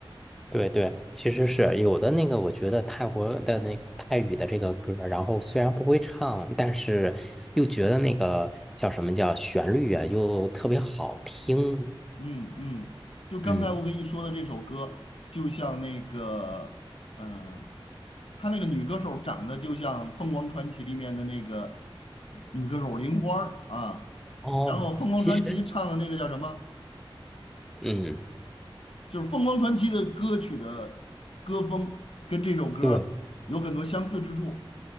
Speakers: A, in the centre; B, on the left.
A: 对对，其实是有的那个，我觉得泰国的那个泰语的这个歌儿，然后虽然不会唱，但是又觉得那个叫什么叫旋律啊，又特别好听。
B: 嗯嗯，就刚才我跟你说的这首歌，
A: 嗯，
B: 就像那个，呃，他那个女歌手长得就像《凤凰传奇》里面的那个女歌手玲花儿啊，
A: 哦，
B: 然后《凤凰传奇》唱的那个叫什么？
A: 其实，嗯，
B: 就是凤凰传奇的歌曲的歌风跟这首歌有很多相似之处。
A: 对，